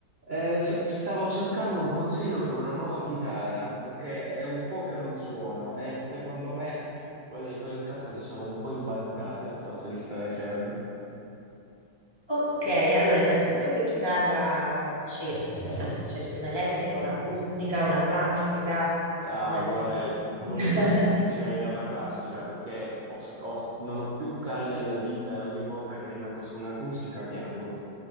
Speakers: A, on the right (about 50°); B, on the left (about 30°).
A: Eh, s- stavo cercando un consiglio per una nuova chitarra, perché è un po' che non suono e secondo me quelle che ho in casa si sono un po' imbarcate a forza di stare ferme.
B: Ok, allora innanzitutto che chitarra cerchi? Nel senso cerchi un'elettrica, un'acustica, una classica,
A: Ah,
B: una...
A: guarda, eh, probabilmente
B: <laughs>
A: comincerei da una classica perché ho- ho- non ho più calli alle dita e ogni volta che mi metto su un'acustica piango.